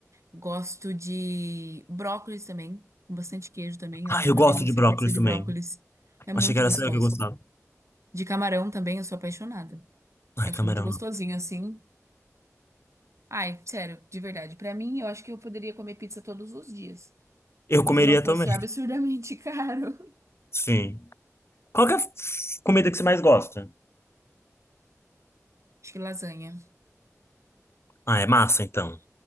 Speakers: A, on the right; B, on the left.
A: Gosto de brócolis também. Com bastante queijo também. Eu
B: Ah,
A: acho
B: eu
A: uma
B: gosto
A: delícia
B: de brócolis
A: a pizza de
B: também.
A: brócolis. É muito
B: Achei que era
A: gostoso.
B: sério que eu gostava.
A: De camarão também, eu sou apaixonada.
B: Ai,
A: Eu acho
B: camarão
A: muito gostosinho,
B: não.
A: assim. Ai, sério, de verdade. Pra mim, eu acho que eu poderia comer pizza todos os dias.
B: Eu comeria
A: Se não fosse
B: também.
A: absurdamente <laughs> caro.
B: Sim. Qual que é a f- comida que você mais gosta?
A: Acho que lasanha.
B: Ah, é massa, então.